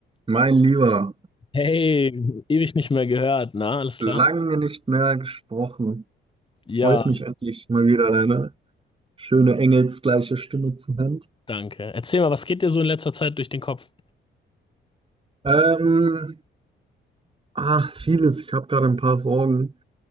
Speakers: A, on the right; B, on the left.
A: Mein Lieber,
B: Hey, ewig nicht mehr gehört, na, alles klar?
A: lange nicht mehr gesprochen.
B: Ja,
A: Freut mich endlich mal wieder deine schöne engelsgleiche Stimme zu hören.
B: danke. Erzähl mal, was geht dir so in letzter Zeit durch den Kopf?
A: Ähm, ach, vieles. Ich habe gerade ein paar Sorgen